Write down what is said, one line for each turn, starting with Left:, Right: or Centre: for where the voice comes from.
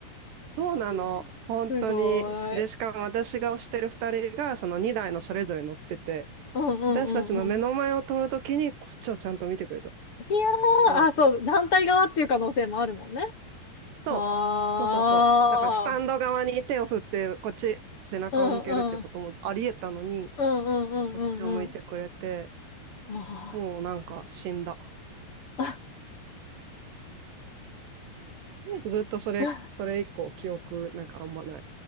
Right: そうなの。
Left: <laughs>
Right: 本当に。
Left: すごい。
Right: で、しかも私が推してる2人が、その2台のそれぞれ乗ってて、
Left: うんうんうん
Right: 私たちの目の前を通るときに、こっちをちゃんと見てくれた。
Left: いや
Right: もう、
Left: ー、あ、そう、団体側っていう可能性もあるもんね。
Right: そう、
Left: ああ、
Right: そうそうそう。だから、スタンド側に手を振って、こっち背中を向けるってこともあり得たのに、
Left: うんうん、うんうんうんうんうん。
Right: こっちを向いてくれて、
Left: あ
Right: もうなんか死んだ。
Left: あ。
Right: ずっとそれ、
Left: <laughs>
Right: それ以降記憶なんかあんまない。